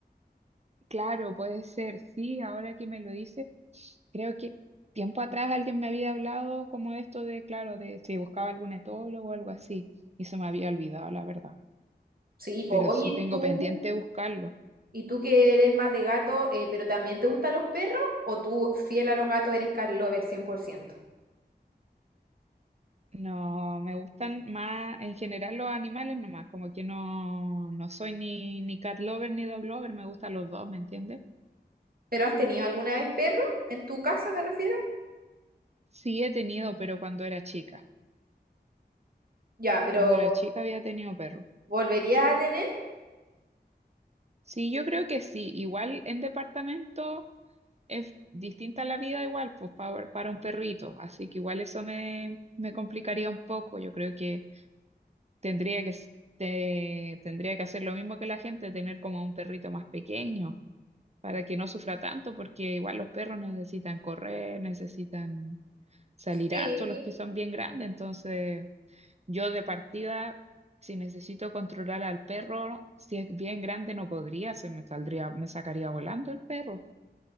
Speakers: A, on the right; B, on the right.
A: claro, puede ser, sí, ahora que me lo dices. creo que tiempo atrás alguien me había hablado como de esto de, claro, de si buscaba algún etólogo o algo así, y se me había olvidado, la verdad.
B: Sí, po.
A: Pero
B: Oye,
A: sí tengo
B: tú...
A: pendiente buscarlo.
B: ¿Y tú que eres más de gato, eh, pero también te gustan los perros? ¿O tú, fiel a los gatos, eres cat lover cien por ciento
A: No, me gustan más en general los animales nomás, como que no, no soy ni, ni cat lover ni dog lover, me gustan los dos, ¿me entiendes?
B: ¿Pero has tenido alguna vez perro? ¿En tu casa me refiero?
A: Sí he tenido, pero cuando era chica.
B: Ya, pero
A: Cuando era chica había tenido perro.
B: ¿volverías a tener?
A: Sí, yo creo que sí. Igual en departamento. es distinta la vida igual, pues para, para un perrito, así que igual eso me, me complicaría un poco, yo creo que tendría que, s- te- tendría que hacer lo mismo que la gente, tener como un perrito más pequeño, para que no sufra tanto, porque igual los perros necesitan correr, necesitan salir
B: Sí,
A: harto, los que son bien grandes, entonces yo de partida, si necesito controlar al perro, si es bien grande no podría, se me saldría, me sacaría volando el perro.